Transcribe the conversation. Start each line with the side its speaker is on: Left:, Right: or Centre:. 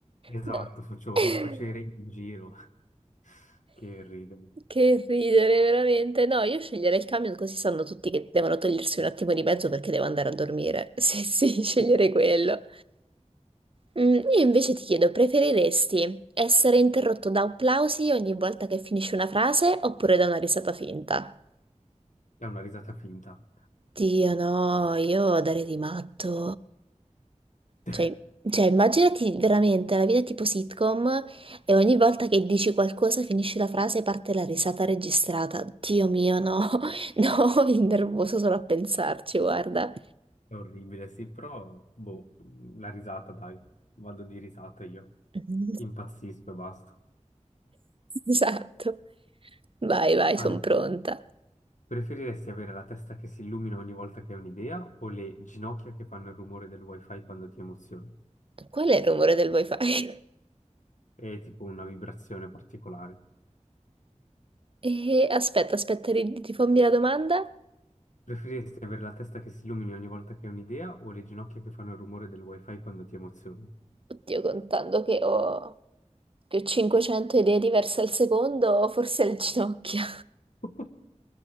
Left: Esatto,
Right: No.
Left: faccio,
Right: <laughs>
Left: faccio i re in giro. <laughs> Che ridere.
Right: Che ridere, veramente. No, io sceglierei il camion così sanno tutti che devono togliersi un attimo di mezzo perché devo andare a dormire. <laughs> Sì, sì, sceglierei quello. Mm, io invece ti chiedo, preferiresti essere interrotto da applausi ogni volta che finisci una frase oppure da una risata finta?
Left: È una risata finta.
Right: Dio no, io darei di matto.
Left: <laughs>
Right: Cioè, cioè, immaginati veramente la vita tipo sitcom e ogni volta che dici qualcosa, finisci la frase e parte la risata registrata. Dio mio, no, <laughs> no, mi nervoso solo a pensarci, guarda.
Left: È orribile, sì, però boh, la risata, dai, vado di risata io.
Right: <laughs>
Left: Impazzisco e basta.
Right: Esatto. Vai, vai,
Left: Allora,
Right: sono pronta.
Left: preferiresti avere la testa che si illumina ogni volta che hai un'idea o le ginocchia che fanno il rumore del wifi quando ti emozioni?
Right: Qual è il rumore del wifi?
Left: È tipo una vibrazione particolare.
Right: <laughs> E, aspetta, aspetta, ri- rifammi la domanda.
Left: Preferiresti avere la testa che si illumini ogni volta che hai un'idea o le ginocchia che fanno il rumore del wifi quando ti emozioni?
Right: Oddio, contando che ho, che ho 500 idee diverse al secondo, forse è il ginocchio.
Left: <laughs>